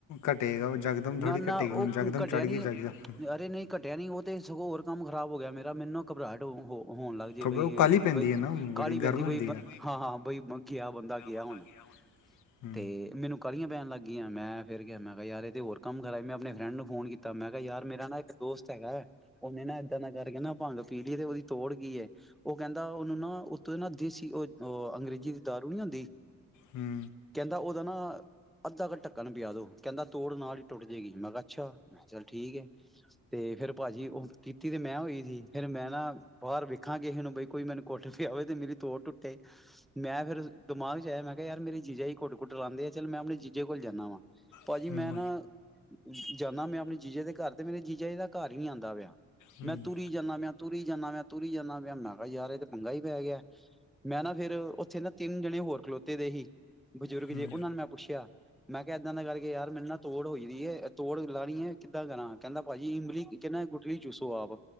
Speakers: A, on the left; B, in the centre.
A: ਘਟੇਗਾ ਓਹ ਜ਼ ਜਕਦਮ ਥੋੜੀ
B: ਨਾ ਨਾ
A: ਘਟੇਗੀ
B: ਉਹ
A: ਹੁਣ ਨਾ ਜਕਦਮ
B: ਘਟਿਆ
A: ਚੜ
B: ਨੀ
A: ਗਈ ਵਧੀਆ ਜਕਦਮ
B: ਅਰੇ ਨਹੀਂ ਘਟਿਆ ਨੀ ਉਹ ਤੇ ਸਗੋਂ ਹੋਰ ਕੰਮ ਖ਼ਰਾਬ ਹੋ ਗਿਆ ਮੇਰਾ ਮੈਨੂੰ ਘਬਰਾਹਟ ਹੋ ਹੋ ਹੋਣ ਲੱਗ ਜੇ
A: ਕਬ
B: ਬਈ,
A: ਉਹ ਕਾਲੀ ਪੈਂਦੀ
B: ਬਈ
A: ਹੈ ਨਾ ਉਹ
B: ਕਾਹਲੀ
A: ਬੜੀ
B: ਪੈਂਦੀ
A: ਗਰਮ
B: ਬਈ
A: ਹੁੰਦੀ ਹੈ
B: ਹਾਂ ਹਾਂ ਬਈ ਗਿਆ ਬੰਦਾ ਗਿਆ
A: ਹੂੰ
B: ਹੁਣ,
A: ਹੂੰ ਉਹਨੇ
B: ਤੇ ਮੈਨੂੰ ਕਾਹਲੀਆਂ ਪੈਣ ਲੱਗ ਗੀ ਏ ਮੈਂ ਫੇਰ ਕਿਹਾ ਮੈਂ ਕਿਹਾ ਯਾਰ ਤੇ ਹੋਰ ਕੰਮ ਖਰਾਬ ਮੈਂ ਆਪਨੇ ਫਰੈਂਡ ਨੂੰ ਫੋਨ ਕੀਤਾ। ਤਾਂ ਮੈਂ ਕਿਹਾ ਯਾਰ ਮੇਰਾ ਨਾ ਇੱਕ ਦੋਸਤ ਹੈਗਾ ਉਹਨੇ ਨਾ ਇਦਾਂ ਇਦਾਂ ਕਰਕੇ ਨਾ ਭੰਗ ਪੀਲੀ ਤੇ ਉਹਦੀ ਤੋੜ ਕੀ ਹੈ? ਉਹ ਕਹਿੰਦਾ ਉਹਨੂੰ ਨਾ ਉਤੋਂ ਨਾ ਦੇਸੀ ਉਹ ਅੰਗਰੇਜ਼ੀ ਦੀ ਦਾਰੂ ਨੀ ਆਉਂਦੀ,
A: ਹੂੰ
B: ਕਹਿੰਦਾ ਉਹਦਾ ਨਾ ਅੱਧਾ ਕੁ ਢੱਕਣ ਪਿਆ ਦੋ ਕਹਿੰਦਾ ਤੋੜ ਨਾਲ ਟੁੱਟ ਜੇਗੀ ਮੈਂ ਕਿਹਾ ਅੱਛਾੈਂ ਕਿਹਾ ਚੱਲ ਠੀਕ ਠੀਕ ਹੈ ਤੇ ਫੇਿਰ ਭਾਜੀ ਉਹ ਪੀਤੀ ਤੇ ਮੈਂ ਹੋਈ ਸੀ ਫੇਰ ਮੈਂ ਨਾ ਬਾਹਰ ਵੇਖਾਂ ਕਿਸੇ ਨੂੰ ਬਈ ਕੋਈ ਮੈਨੂੰ ਘੁੱਟ ਪਿਆ ਵੇ ਤੇ ਮੇਰੀ ਤੋੜ ਟੁੱਟੇ ਮੈਂ ਫੇਰ ਦਿਮਾਗ ਚ ਆਇਆ ਮੈਂ ਕਿਹਾ ਯਾਰ ਮੇਰੀ ਜੀਜਾ ਹੀ ਘੁੱਟ ਘੁੱਟ ਲਾਉਂਦੇ ਆ ਚੱਲ ਮੈਂ ਆਪਣੇ ਜੀਜੇ ਕੋਲ ਜਾਂਦਾ ਵਾ ਭਾਜੀ
A: ਹੂੰ
B: ਮੈਂ ਨਾ ਏ ਜਾਂਨਾ ਮੈਂ ਆਪਣੀ ਜੀਜੇ ਦੇ ਦੇ ਘਰ ਤੇ ਮੈਨੂੰ ਆਪਣੇ ਜੀਜੇ ਦਾ ਘਰ ਹੀ ਨਹੀਂ ਆਉਂਦਾ ਪਿਆ।
A: ਹੂੰ
B: ਮੈਂ ਤੁਰੀ ਜਾਨਾ ਪਿਆ, ਤੁਰੀ ਜਾਨਾ ਪਿਆ, ਤੁਰੀ ਜਾਨਾ ਪਿਆ। ਮੈਂ ਕਿਹਾ ਯਾਰ ਇਹ ਤੇ ਪੰਗਾ ਹੀ ਪੈ ਗਿਆ। ਮੈਂ ਨਾ ਫਿਰ ਉੱਥੇ ਤਿੰਨ ਜਣੇ ਹੋਰ ਖਲੋਤੇ ਦੇ ਸੀ ਬਜ਼ੁਰਗ
A: ਹੂੰ
B: ਜੇ ਉਹਨਾਂ ਨੂੰ ਮੈਂ ਪੁੱਛਿਆ ਇਦਾਂ ਇਦਾਂ ਕਰਕੇ ਯਾਰ ਮੈਨੂੰ ਨਾ ਤੋੜ ਹੋਈ ਆ ਪੀ ਆ ਤੋੜ ਲਾਣੀ ਆ ਕਿੱਦਾਂ ਤ੍ਹਾਂ ਕਹਿੰਦਾ ਭਾਜੀ ਇਮਲੀ ਕਹਿੰਦਾ ਗੁਟਲੀ ਚੂਸੋ ਆਪ